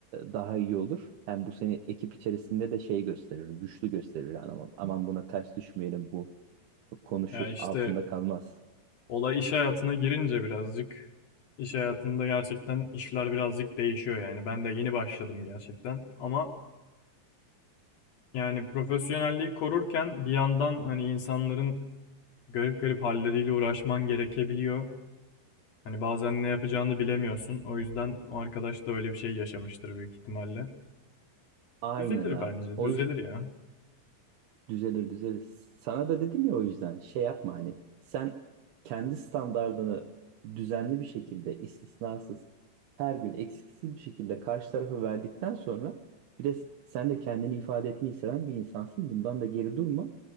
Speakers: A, on the right; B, on the left.
A: daha iyi olur. Hem bu seni ekip içerisinde de şey gösterir, güçlü gösterir. Yani Aman, aman buna ters düşmeyelim bu konuşur,
B: Ya işte
A: altında kalmaz.
B: olay iş hayatına girince birazcık iş hayatında gerçekten işler birazcık değişiyor yani. Ben de yeni başladım gerçekten ama Yani profesyonelliği korurken bir yandan hani insanların garip garip halleriyle uğraşman gerekebiliyor. Hani bazen ne yapacağını bilemiyorsun. O yüzden o arkadaş da öyle bir şey yaşamıştır büyük ihtimalle.
A: Aynen
B: Düzelir
A: abi.
B: bence.
A: O
B: Düzelir
A: yüzden.
B: ya.
A: Düzelir düzelir. Sana da dedim ya o yüzden şey yapma hani sen kendi standardını düzenli bir şekilde istisnasız her gün eksiksiz bir şekilde karşı tarafa verdikten sonra bir de sen de kendini ifade etmeyi seven bir insansın. Bundan da geri durma.